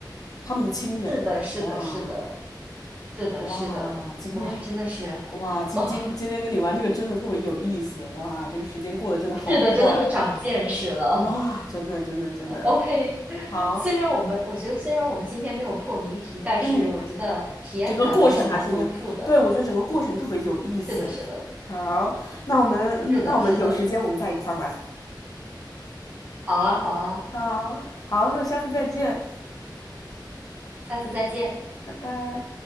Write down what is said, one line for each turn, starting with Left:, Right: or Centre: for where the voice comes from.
Left: 他们的亲人。
Right: 是的，是的，
Left: 哇
Right: 是的，是的，
Left: 哇，
Right: 是的，
Left: 今天
Right: 哇，真的是，
Left: 哇今今今天跟你玩这个真的特别有意思。
Right: 哦，
Left: 哇，这个时间过得真的好快。
Right: 是的，真的是长见识了。
Left: 哇，真的真的真的
Right: OK，<laughs>
Left: 好，
Right: 虽然我们我觉得虽然我们今天没有破谜题，但是我觉得体验感还是蛮丰富的。
Left: 嗯，整个过程还是一样对我觉得整个过程特别有意思。
Right: 是的，是的，
Left: 好，那我们嗯那我们有时间我们再一块玩。
Right: 是的，是的。好啊，好啊。
Left: 好好，那我下次再见，
Right: 下次再见。
Left: 拜拜。